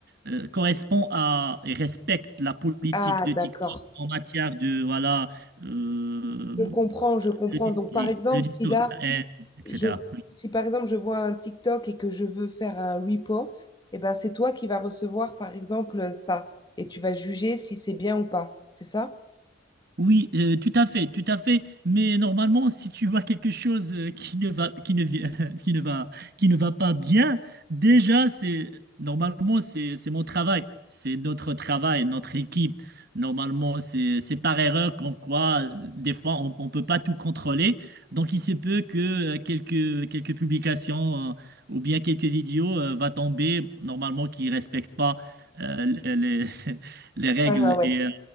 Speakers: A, on the right; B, on the left.
A: euh, correspond à et respecte la politique
B: Ah,
A: de TikTok
B: d'accord.
A: en matière de voilà euh,
B: Je comprends, je comprends.
A: le, dis-
B: Donc, par exemple,
A: le discours
B: si là,
A: de la haine, etc.
B: je, si par exemple, je vois un TikTok et que je veux faire un report, eh ben, c'est toi qui vas recevoir, par exemple, ça. Et tu vas juger si c'est bien ou pas. C'est ça?
A: Oui, euh, tout à fait, tout à fait. Mais normalement, si tu vois quelque chose euh, qui ne va, qui ne, vi- <laughs> qui ne va, qui ne va pas bien, déjà, c'est normalement c'est c'est mon travail, c'est notre travail, notre équipe. Normalement, c'est c'est par erreur comme quoi euh, des fois on, on peut pas tout contrôler. Donc il se peut que euh, quelques quelques publications euh, ou bien quelques vidéos euh, va tomber normalement qui respectent pas euh, les <laughs> les règles
B: Ouais, ouais, ouais.
A: et euh,